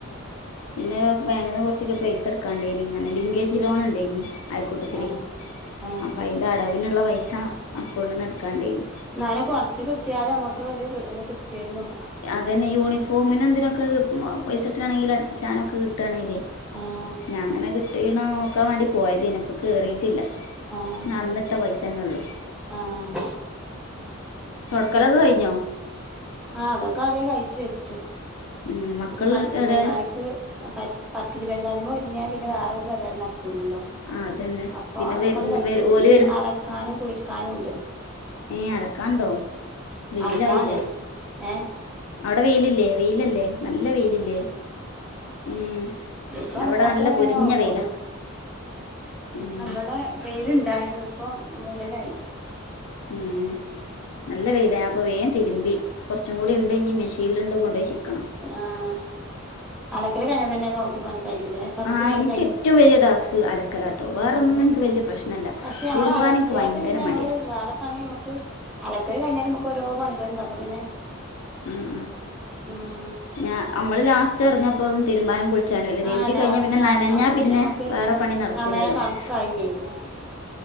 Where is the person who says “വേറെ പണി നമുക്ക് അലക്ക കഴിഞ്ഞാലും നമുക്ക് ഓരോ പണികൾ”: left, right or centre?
Centre